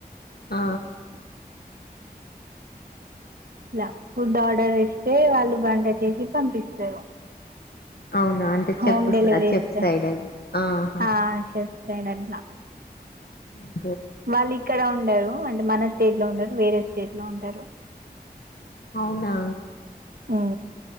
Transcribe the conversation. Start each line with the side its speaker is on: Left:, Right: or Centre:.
Left: ఆ
Right: ఇలా ఫుడ్ ఆర్డర్ చేస్తే వాళ్ళు వంట చేసి పంపిస్తరు
Left: అవునా అంటే చెఫ్
Right: హోమ్ డెలివరీ
Left: చెఫ్
Right: చేస్తరు
Left: సైడ్ అది. ఆహా
Right: ఆ షెఫ్ అయినట్ల
Left: ఉ
Right: వాళ్ళు ఇక్కడ ఉండరు అంటే మన స్టేట్ లో ఉండరు వేరే స్టేట్ లో ఉంటారు
Left: అవునా
Right: ఉ